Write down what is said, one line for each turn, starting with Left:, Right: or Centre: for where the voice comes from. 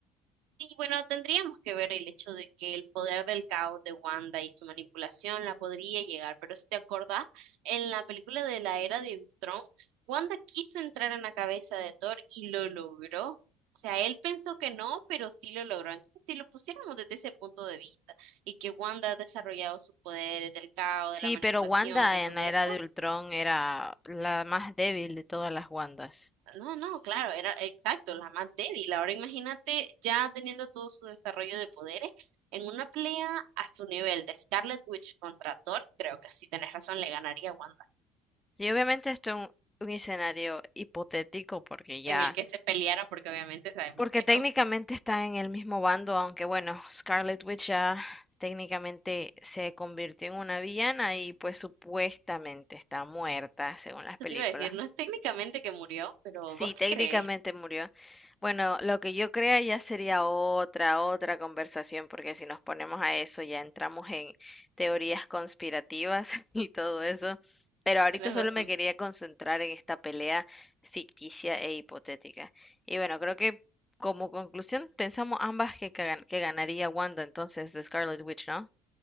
Right: Sí, bueno, tendríamos que ver el hecho de que el poder del caos de Wanda y su manipulación la podría llegar, pero si te acordás, en la película de la Era de Ultron, Wanda quiso entrar en la cabeza de Thor y lo logró. O sea, él pensó que no, pero sí lo logró. Entonces, si lo pusiéramos desde ese punto de vista y que Wanda ha desarrollado sus poderes del caos,
Left: Sí,
Right: de la manipulación
Left: pero Wanda
Right: y todo
Left: en la
Right: eso,
Left: era de Ultron era la más débil de todas las Wandas.
Right: No, no, claro, era exacto, la más débil. Ahora imagínate ya teniendo todo su desarrollo de poderes en una pelea a su nivel de Scarlet Witch contra Thor, creo que sí tenés razón, le ganaría a Wanda,
Left: Y obviamente esto es un, un escenario hipotético porque ya,
Right: en el que se pelearan porque obviamente sabemos
Left: porque
Right: que
Left: técnicamente
Right: no.
Left: está en el mismo bando, aunque bueno, Scarlet Witch ya técnicamente se convirtió en una villana y pues supuestamente está muerta según las
Right: <laughs> Eso
Left: películas.
Right: te iba a decir, no es técnicamente que murió, pero
Left: Sí,
Right: vos qué
Left: técnicamente
Right: crees,
Left: murió. Bueno, lo que yo crea ya sería otra, otra conversación, porque si nos ponemos a eso ya entramos en teorías conspirativas <laughs> y todo eso. Pero ahorita
Right: tenés
Left: solo
Right: razón.
Left: me quería concentrar en esta pelea ficticia e hipotética. Y bueno, creo que como conclusión pensamos ambas que, cagan- que ganaría Wanda entonces de Scarlet Witch, ¿no?